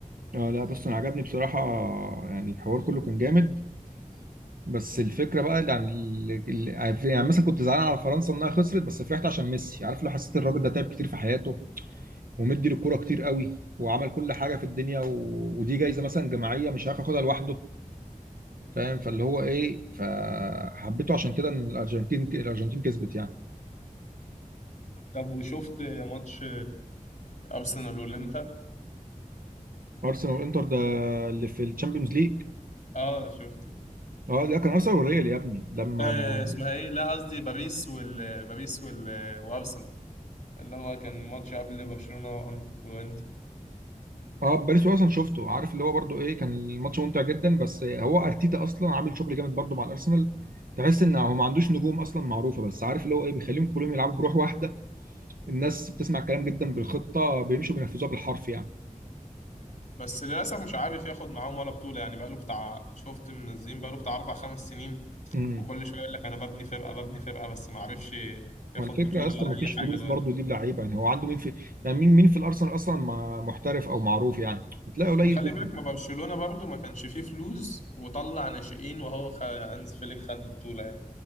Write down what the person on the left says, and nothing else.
طب وشفت ماتش ارسنال والانتر
اه شفت
آه
اسمها ايه لا قصدي باريس وال باريس وال وارسنال اللي هو كان ماتش قبل برشلونة وأنت- وانتر
بس للاسف مش عارف ياخد معاهم ولا بطولة يعني بقاله بتاع شفت منزلين بقاله بتاع اربع خمس سنين
وكل شوية يقول لك انا ببني فرقة ببني فرقة بس ما عرفش ياخد
بطولة
ولا
اي حاجة
لغاية
ما خلي
بالك ما برشلونة برضو ما كانش فيه فلوس وطلع ناشئين وهو خ... هانز فليك خد بطولة يعني.